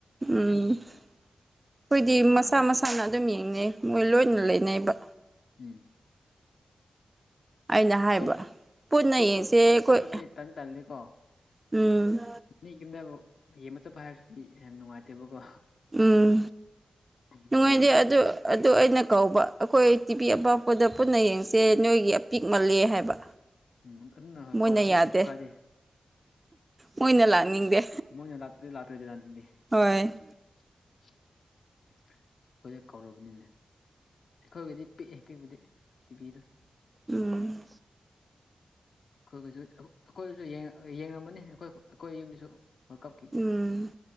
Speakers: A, on the right; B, on the left.
A: ꯎꯝ ꯑꯩꯈꯣꯏꯗꯤ ꯃꯁꯥ ꯃꯁꯥꯅ ꯑꯗꯨꯝ ꯌꯦꯡꯅꯩ ꯃꯣꯏ ꯂꯣꯏꯅ
B: ꯎꯝ
A: ꯂꯩꯅꯩꯕ
B: ꯎꯝ
A: ꯑꯩꯅ ꯍꯥꯏꯕ
B: ꯑꯇꯣꯞ
A: ꯄꯨꯟꯅ
B: ꯑꯇꯣꯞꯄ
A: ꯌꯦꯡꯁꯦ ꯑꯩꯈꯣꯏ
B: ꯇꯞꯄꯁꯦ ꯇꯟ ꯇꯜꯂꯤꯀꯣ
A: ꯎꯝ
B: ꯃꯤ ꯌꯨꯝꯗ ꯌꯦꯡꯕ ꯆꯠꯄ ꯍꯥꯏꯕꯁꯤꯗꯤ ꯌꯥꯝ ꯅꯨꯡꯉꯥꯏꯇꯦꯕꯀꯣ
A: ꯎꯝ
B: ꯑꯗꯨꯒꯤꯅꯤ
A: ꯅꯨꯡꯉꯥꯏꯗꯦ ꯑꯗꯨ ꯑꯗꯨ ꯑꯩꯅ ꯀꯧꯕ ꯑꯩꯈꯣꯏ ꯇꯤꯚꯤ
B: ꯎꯝ
A: ꯑꯄꯥꯛꯄꯗ ꯄꯨꯟꯅ ꯌꯦꯡꯁꯦ ꯅꯣꯏꯒꯤ ꯑꯄꯤꯛ ꯃꯜꯂꯦ ꯍꯥꯏꯕ
B: ꯎꯝ ꯑꯗꯨꯅ
A: ꯃꯣꯏꯅ
B: ꯀꯧꯕꯁꯨ
A: ꯌꯥꯗꯦ
B: ꯀꯩꯁꯨ ꯀꯥꯏꯗꯦ
A: ꯃꯣꯏꯅ ꯂꯥꯛꯅꯤꯡꯗꯦ
B: ꯃꯣꯏꯅ ꯂꯥꯛꯇꯔꯗꯤ ꯂꯥꯛꯇꯔꯦꯗꯅ ꯑꯗꯨꯗꯤ
A: ꯍꯣꯏ
B: <unintelligible> ꯑꯩꯈꯣꯏꯗ ꯀꯧꯔꯕꯅꯤꯅꯦ ꯑꯩꯈꯣꯏꯒꯤꯗꯤ ꯄꯤꯛꯑꯦ ꯄꯤꯛꯄꯗꯤ ꯇꯤꯚꯤꯗꯣ
A: ꯎꯝ
B: ꯑꯩꯈꯣꯏꯒꯁꯨ ꯑꯩꯈꯣꯏꯁꯨ ꯌꯦꯡ ꯌꯦꯡꯉꯝꯃꯅꯤ ꯑꯩꯈꯣꯏ ꯑꯩꯈꯣꯏ ꯌꯨꯝꯗꯁꯨ ꯋꯥꯀꯞꯀꯤ
A: ꯎꯝ